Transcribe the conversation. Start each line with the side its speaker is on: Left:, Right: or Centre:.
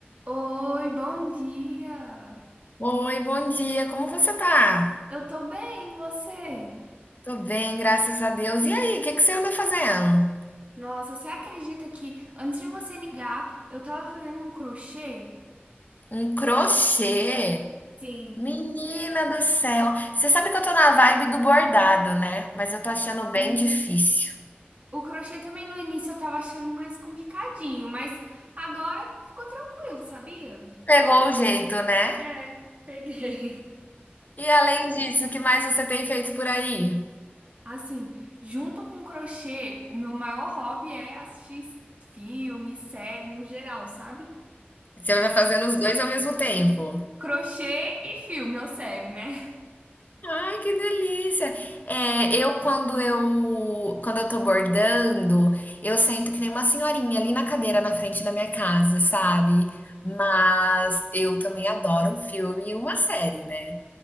Right: Oi, bom dia!
Left: Oi, bom dia. Como você tá?
Right: Eu tô bem, e você?
Left: Tô bem, graças a Deus. E aí, o que que você anda fazendo?
Right: Nossa, você acredita que antes de você ligar, eu tava fazendo um crochê?
Left: Um crochê?
Right: Sim.
Left: Menina do céu. Você sabe que eu tô na vibe do bordado, né? Mas eu tô achando bem
Right: No-
Left: difícil.
Right: O crochê também no início eu tava achando mais complicadinho, mas agora ficou tranquilo, sabia?
Left: Pegou o jeito, né?
Right: É, peguei.
Left: E além disso, o que mais você tem feito por aí?
Right: Assim, junto com o crochê, o meu maior hobby é assistir filme, série no geral, sabe?
Left: Você vai fazendo os dois ao mesmo tempo.
Right: Crochê e filme ou série, né?
Left: Ai, que delícia! É, eu quando eu quando eu tô bordando, eu sento que nem uma senhorinha ali na cadeira na frente da minha casa, sabe? Mas eu também adoro um filme e uma série, né?